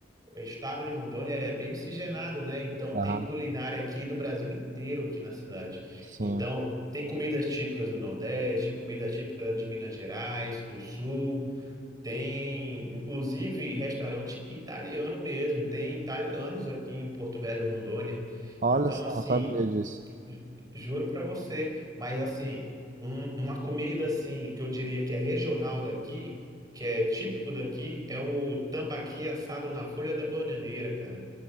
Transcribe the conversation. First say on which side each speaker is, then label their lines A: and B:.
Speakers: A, on the right; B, on the right.
A: O estado de Rondônia é bem miscigenado, né? Então
B: Aham,
A: tem culinária aqui do Brasil inteiro aqui na cidade.
B: sim.
A: Então tem comidas típicas do Nordeste, comida típica de Minas Gerais, do Sul, tem inclusive restaurante italiano mesmo, tem italianos aqui em Porto Velho, Rondônia.
B: Olha
A: Então
B: só,
A: assim,
B: não sabia disso.
A: Ju- Juro para você, mas assim, um- uma comida assim que eu diria que é regional daqui, que é típico daqui, é o tambaqui assado na folha da bananeira, cara.